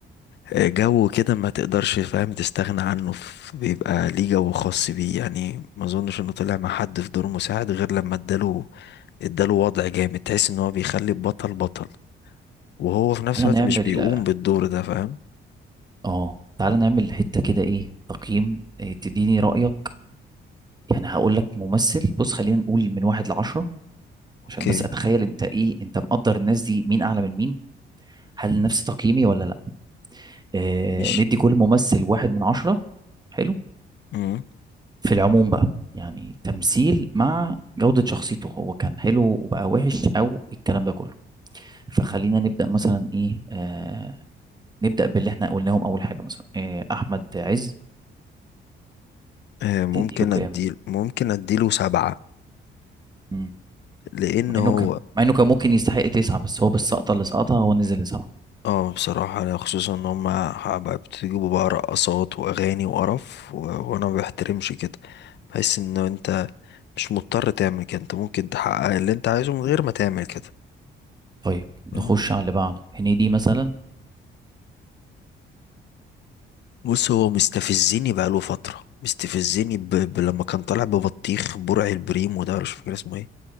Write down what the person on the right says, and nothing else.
طب
تعالى
نعمل
اه تعالى نعمل حتة كده ايه تقييم إيه تديني رأيك يعني هقول لك ممثل بص خلينا نقول من واحد لعشرة
عشان بس اتخيل انت ايه انت مقدر الناس دي مين اعلى من مين هل نفس تقييمي ولا لا آه
ندي كل ممثل واحد من عشرة حلو
في العموم بقى يعني تمثيل مع جودة شخصيته هو كان حلو وبقى وحش او الكلام ده كله فخلينا نبدأ مثلا ايه آه نبدأ باللي احنا قلناهم اول حاجة مثلا آه احمد عز
تديله
كام
مم.
مع
انه كان مع انه كان ممكن يستحق تسعة بس هو بالسقطة اللي سقطها هو نزل لسبعة
طيب نخش
على اللي بعده هنيدي مثلا